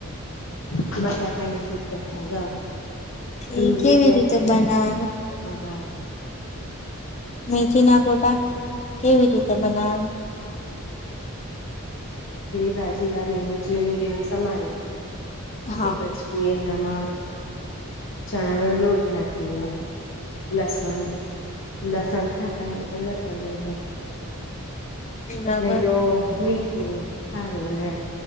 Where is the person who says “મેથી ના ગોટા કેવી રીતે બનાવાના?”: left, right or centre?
Left